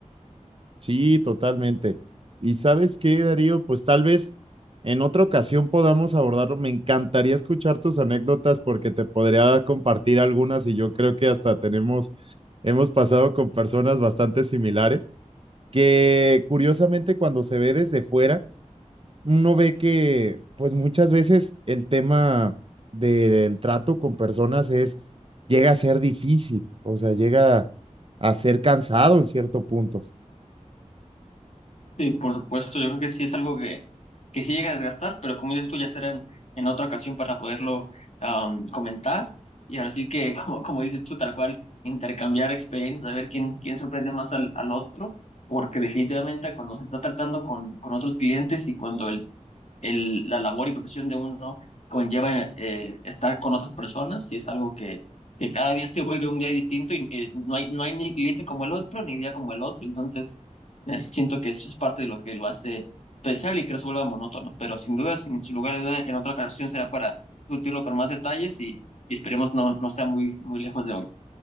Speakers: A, on the right (about 45°); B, on the left (about 65°).
A: sí, totalmente. ¿Y sabes qué, Darío? Pues tal vez en otra ocasión podamos abordarlo. Me encantaría escuchar tus anécdotas porque te podría compartir algunas y yo creo que hasta tenemos, hemos pasado con personas bastante similares. que curiosamente cuando se ve desde fuera, uno ve que pues muchas veces el tema del trato con personas es, llega a ser difícil, o sea, llega a ser cansado en cierto punto.
B: Sí, por supuesto, yo creo que sí es algo que, que sí llega a desgastar, pero como dices tú, ya será en, en otra ocasión para poderlo am, comentar. Y ahora sí que, <laughs> como, como dices tú, tal cual, intercambiar experiencias, a ver quién, quién sorprende más al, al otro, porque definitivamente cuando se está tratando con, con otros clientes y cuando el, el, la labor y profesión de uno conlleva eh, estar con otras personas, sí es algo que, que cada día se vuelve un día distinto y eh, no hay, no hay ni cliente como el otro, ni día como el otro. Entonces, eh, Siento que eso es parte de lo que lo hace especial y que no se vuelva monótono, pero sin duda, sin, sin lugar a duda, en otra ocasión será para discutirlo con más detalles y, y esperemos no, no sea muy, muy lejos de hoy.